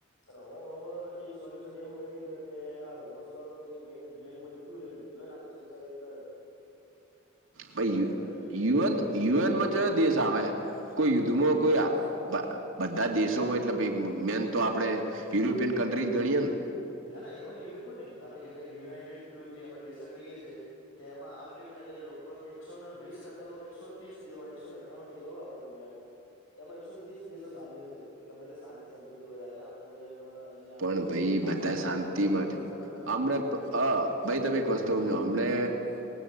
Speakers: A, on the left; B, on the right.
A: અને હ હવે એક સોલ્યુશન એવું હોય કે આ હોમસ વારું જે મેન યુએન ુરન યુએન આખું સંચાલિત કર
B: <unintelligible>
A: યુનિયન
B: યુએન
A: નેશનો હો
B: યુએનમાં કયો દેશ આવે કોઈ
A: યુએનમાં
B: યુદ્ધમાં
A: બધા
B: કોઈ
A: દેશો આવે છે.
B: બધા દેશો હોય એટલે મેન તો આપડણે યુરોપિયન કન્ટ્રીજ ગણીએે ને
A: ના ના એમાં યુએનમાં નહ આપણે યુનાઇટેડલ જે આપડણે નેશન કહીએ છીએ કે એમાં હાલ કેટલા કે લગભગ એકસોને વીસ કાતો એકસોને ત્રીસ દવા એકસોને અ દેશ હો આપે દુનિયામાં એમાં એકસો ત્રીસ દેશો સામેલ છે કે ગમે તે શાંતિ સમજૂતી હોય હતાા કે આપડે જેમ અહિયાં
B: પણ ભાઈ બધા
A: આપડી બોર્ડરનું
B: શાંતિ
A: હતું
B: માટે
A: પાકિસ્તાન અને
B: હમણા
A: ઇન્ડિયાનું
B: ભાઈ તમે એક
A: એનો
B: વસ્તુ
A: મેન
B: સમમજ
A: મુદ્દો
B: અમને
A: યુએનમાં જ છે.